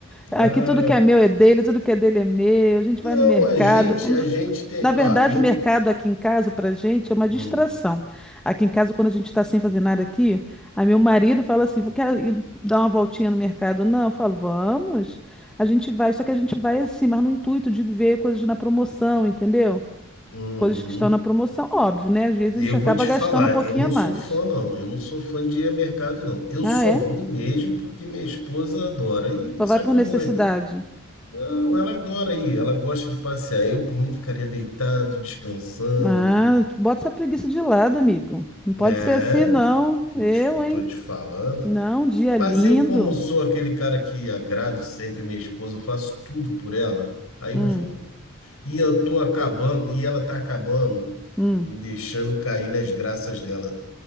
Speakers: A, in the centre; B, on the left.
A: Aqui
B: ah.
A: tudo que é meu é dele, tudo que é dele é meu. A gente
B: Não,
A: vai no mercado.
B: a gente, a gente tem,
A: Na verdade,
B: ó, eu...
A: o mercado aqui em casa, pra gente, é uma distração.
B: Hum,
A: Aqui em casa, quando a gente tá sem fazer nada aqui, aí meu marido fala assim, quer ir dar uma voltinha no mercado? Não, eu falo, vamos. A gente vai, só que a gente vai assim, mas no intuito de ver coisas na promoção, entendeu?
B: uhum.
A: Coisas que estão na promoção, óbvio, né? Às vezes
B: Eu
A: a gente
B: vou
A: acaba
B: te
A: gastando
B: falar,
A: um pouquinho
B: eu não
A: a mais.
B: sou fã, não. Eu não sou fã de ir a mercado, não. Eu
A: Ah,
B: só
A: é?
B: vou mesmo porque minha esposa adora. E
A: Só
B: sabe
A: vai por
B: como
A: necessidade.
B: é? Não, ela adora ir, ela gosta de passear. Eu, por mim, ficaria deitado, descansando.
A: Ah, bota essa preguiça de lado, amigo. Não pode
B: É,
A: ser assim, não.
B: tô
A: Eu,
B: te, fa-
A: hein?
B: tô te falando.
A: Não, dia
B: Mas
A: lindo.
B: eu, como sou aquele cara que agrado sempre minha esposa, eu faço tudo por ela, aí
A: Hum,
B: eu vou. E eu tô acabando, e ela tá acabando,
A: hum.
B: me deixando cair nas graças dela.